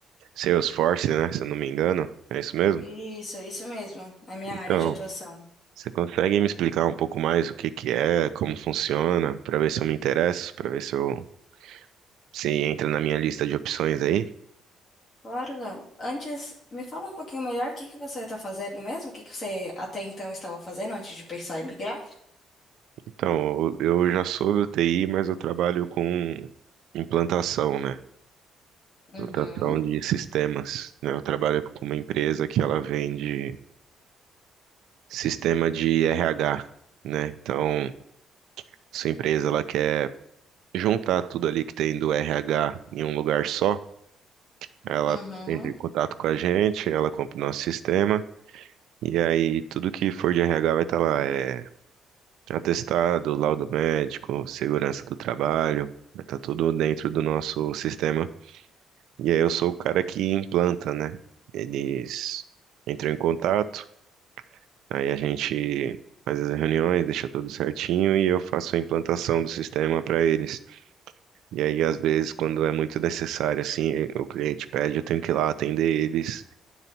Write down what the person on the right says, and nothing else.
Salesforce, né? Se eu não me engano. É isso mesmo?
Então,
você consegue me explicar um pouco mais o que que é, como funciona, pra ver se eu me interesso, pra ver se eu se entra na minha lista de opções aí?
Então, eu eu já sou do TI, mas eu trabalho com implantação, né?
Implantação de sistemas, né? Eu trabalho com uma empresa que ela vende sistema de RH, né? Então, sua empresa ela quer juntar tudo ali que tem do RH em um lugar só. Ela
entra em contato com a gente, ela compra o nosso sistema. E aí, tudo que for de RH vai estar lá, é atestado, laudo médico, segurança do trabalho, vai estar tudo dentro do nosso sistema E aí eu sou o cara que implanta, né? Eles entram em contato, aí a gente faz as reuniões, deixa tudo certinho e eu faço a implantação do sistema para eles. E aí, às vezes, quando é muito necessário, assim, eh, o cliente pede, eu tenho que ir lá atender eles